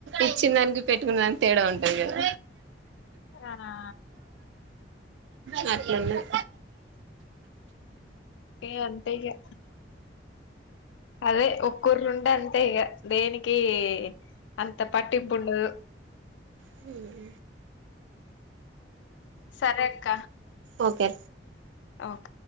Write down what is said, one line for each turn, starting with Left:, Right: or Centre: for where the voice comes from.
Right: ఇచ్చిన దానికి పెట్టుకున్న దానికి తేడా ఉంటది కదా
Left: రానా
Right: నాకు ఈ ఉన్నాయి
Left: ఏ అంతేగా అదే ఒక్కిరులుంటే అంతే ఇక దేనికి అంత పట్టింపు ఉండదు
Right: హమ్
Left: సరే అక్క
Right: ఓకే
Left: ఓకే